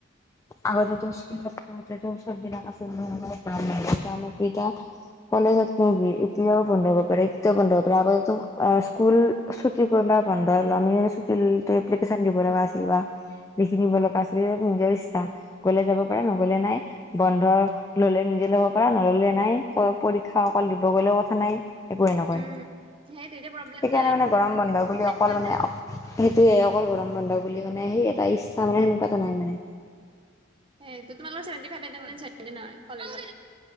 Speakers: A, on the left; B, on the right.
A: আগতেটো স্কুলত থাকোঁতেটো চব দিনা আ <unintelligible> কলেজত কি এতিয়াও বন্ধ হ'ব পাৰে এতিয়াও বন্ধ হব পাৰে আগতেটো স্কুল ছুটি কৰিব বন্ধ ল আমি এপ্লিকেশন দিব লগা আছিল বা লিখি দিব আছিল নিজৰ ইচ্ছা গলে যাব পাৰে নগলে নাই বন্ধ ললে নিজে ল'ব পাৰা নললে নাই পৰীক্ষা অকল দিব গ'লেও কথা নাই। একোৱে নকয়
B: উম, সেইটো এতিয়া প্ৰব্লেম
A: সেইকাৰণে
B: নাই
A: মানে গৰম বন্ধ বুলি
B: খাই
A: অকল
B: পেলাই
A: মানে
B: নে
A: সেইটোয়ে অকল গৰম বন্ধ বুলি মানে সেই এটা ইচ্ছা মানে সেনেকুৱা এটা নাই মানে।
B: সেইটো তোমালোকে চেভেনটি ফাইভ এটেনচন কলেজত।